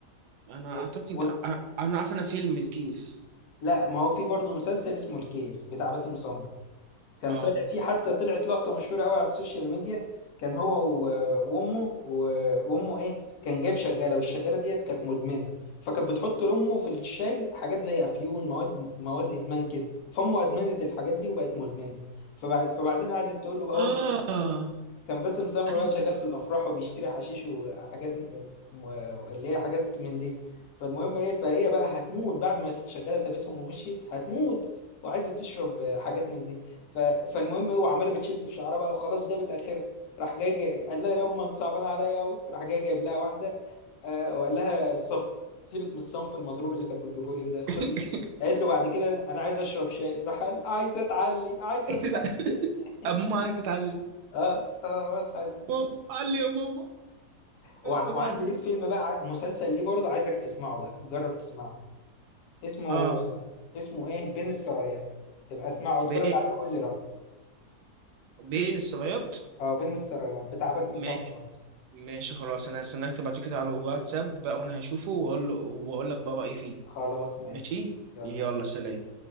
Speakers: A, on the right (about 80°); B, on the left (about 70°).
A: أنا
B: و...
A: أعتقد
B: و...
A: أنا أنا عارف أنا فيلم الكيف
B: لا ما هو في برضه مسلسل اسمه الكيف بتاع باسم سمرة كان
A: أه
B: طلع في حتى طلعت لقطة مشهورة قوي على السوشيال ميديا كان هو و- وامه و- وامه ايه كان جايب شغالة والشغالة ديت كانت مدمنة فكانت بتحط لامه في الشاي حاجات زي افيون مواد مواد ادمان كده فامه ادمنت الحاجات دي وبقت مدمنة فبعد فبعدين قعدت تقول له بقى
A: اه
B: هو كان كان باسم سمرة
A: ايوه
B: بقى شغال في الافراح وبيشتري حشيش وحاجات م- م- اللي هي حاجات من دي فالمهم ايه فهي بقى هتموت بعد ما الشغاله سابتهم ومشيت هتموت وعايزه تشرب حاجات من دي ف... فالمهم هو عماله بتشد في شعرها بقى وخلاص جابت اخرها راح جاي, جاي قال لها يما انت صعبانه عليا قوي راح جاي جايب لها واحده آه وقال لها الصف سيبك من الصنف المضروب اللي كانت بتجيبه لك ده خد
A: <laughs>
B: قالت له بعد كده انا عايز اشرب شاي راح قال عايزه اتعلي عايزه
A: عايز-
B: اتعلي
A: أما عايز
B: <laughs>
A: أتعلم
B: اه اه بس عايز
A: ماما علي يا ماما
B: وع-
A: طبعا
B: وعندي ليك فيلم بقى ع- مسلسل ليه برضه عايزك تسمعه بقى جرب تسمعه اسمه
A: أه
B: اسمه ايه بين السرايات تبقى اسمعه واتفرج
A: بي...
B: عليه وقول لي رأيك
A: بين الصبيات
B: اه بين السرايات بتاع باسم
A: ماشي
B: سمرة برضه
A: ماشي خلاص أنا هستناك تبعتلي كده على الواتساب بقى وأنا هشوفه وأقول له وأقول لك بقى رأيي فيه
B: خلاص ماشي
A: ماشي
B: يلا
A: يلا سلام